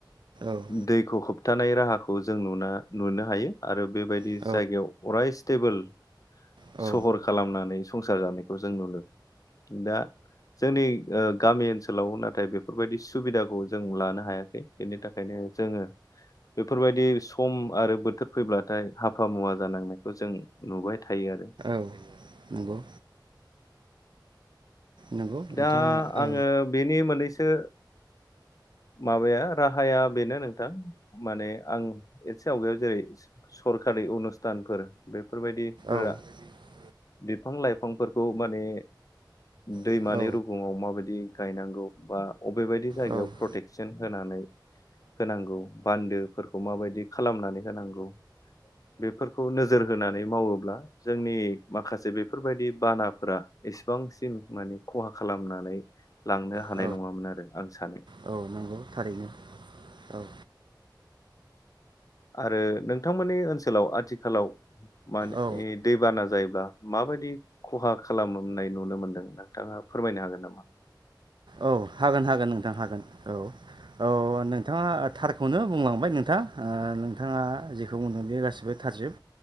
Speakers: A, on the right; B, on the left.
A: औ
B: दैखौ होबथानाय राहाखौ जों नुना नुनो हायो आरो बेबायदि
A: औ
B: जायगायाव अराय स्टेबोल
A: दा
B: सहर खालामनानै संसार जानायखौ जों नुनो दा जोंनि ओ गामि ओनसोलाव नाथाय बेफोरबायदि सुबिदाखौ जों लानो हायाखै बेनि थाखायनो जोङो बेफोरबायदि सम आरो बोथोर फैब्लाथाय हाब हाफा मुवा जानांनायखौ जों नुबाय थायो आरो।
A: औ नंगौ नंगौ नोंथाङा
B: दा आंङो
A: औ
B: बेनि मोननैसो माबाया राहाया बेनो नोंथां माने आं एसे आवगायाव जेरै सरखार आरि अनुस्थानफोर बेफोरबायदिफोरा
A: आयोजन बेफोरबायदि
B: बिफां लाइफांफोरखौ माने दैमानि
A: बानाफोरा
B: रुगुङाव माबायदि गायनांगौ बा अबेबायदि जायगायाव
A: माबा मोनसे
B: प्रटेकसन होनानै होनांगौ बान्दोफोरखौ माबायदि खालामनानै होनांगौ? बेफोरखौ नोजोर होनानै मावोब्ला जोंनि माखासे बेफोरबायदि बान बानाफोरा एसे गोबांसिन माने खहा खालामनानै लांनो हानाय
A: औ
B: नङामोन आरो आं सानो।
A: औ नंगौ थारैनो औ।
B: आरो नोंथांमोननि ओनसोलाव आथिखालाव माने
A: औ
B: दैबाना जायोब्ला माबायदि खहा खालामनाय नुनो मोनदों नोंथाङा फोरमायनो हागोन नामा
A: औ हागोन हागोन नोंथां हागोन औ। औ नोंथाङा थारखौनो बुंलांबाय नोंथां ओ नोंथाङा जेखौ बुंदों बेयो गासिबो थारजोब